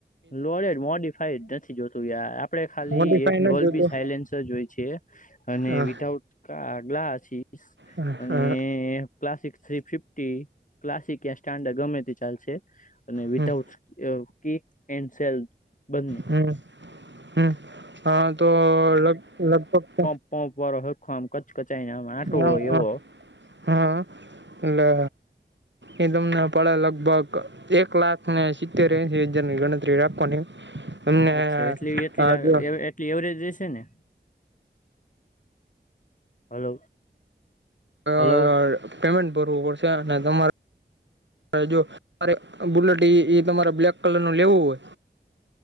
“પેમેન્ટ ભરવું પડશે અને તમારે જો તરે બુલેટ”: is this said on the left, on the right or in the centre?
Right